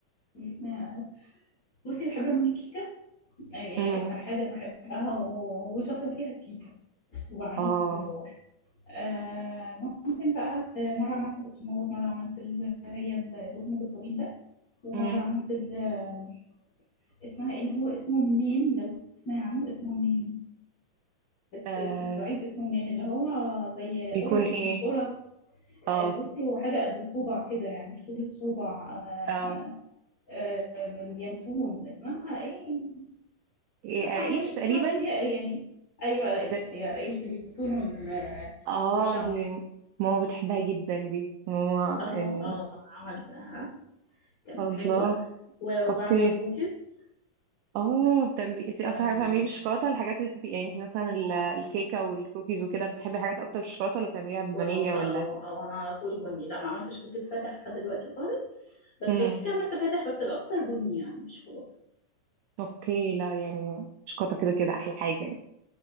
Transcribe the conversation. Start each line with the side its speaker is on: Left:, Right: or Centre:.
Left: أمم، آه. بصي بحب اعمل كيكة آه، يعني
Right: امم
Left: أكتر حاجة بحبها و- وشاطرة فيها الكيكة وبعملها
Right: اه
Left: باستمرار آه، ممكن بقى ت- مرة عملت بقسماط مرة عملت ال- هي البقسماط الطويل ده ومرة
Right: امم
Left: عملت ال- اسمها ايه اللي هو اسمه منين لو تسمعي عنه اسمه منين بس
Right: آه
Left: في الصعيد اسمه منين اللي هو زي
Right: بيكون
Left: قرص
Right: ايه
Left: مش قرص
Right: اه
Left: آه، بصي هو حاجة قد الصوبع كده يعني في طول الصوبع آه،
Right: اه
Left: آه، اليانسون اسمها ايه
Right: ايه
Left: ترحم
Right: قراقيش
Left: بني اسمها
Right: تقريبا
Left: بس هي يعني ايوه رئيش
Right: ده
Left: ايوه رئيش باليانسون وال
Right: اه
Left: والشمر
Right: دي ماما بتحبها جدا دي ماما
Left: اه
Right: يعني
Left: اه عملتها كانت
Right: الله
Left: حلوة و- وبعمل
Right: اوكي
Left: كوكيز
Right: اه بتعملي انت اكتر
Left: وشوكولاتة
Right: حاجة بتعمليه بالشوكولاتة الحاجات اللي بتبقي يعني انت مثلا ال- الكيكة والكوكيز وكده بتحبي حاجات اكتر بالشوكولاتة ولا بتعمليها بالفانيليا
Left: اه
Right: ولا
Left: اه انا على طول بني لا ما عملتش كوكيز فاتح لحد دلوقتي خالص بس
Right: امم
Left: الكيكة عملت فاتح بس الاكتر بني يعني مش شوكولاتة
Right: اوكي لا يعني شوكولاته كده كده احلى حاجه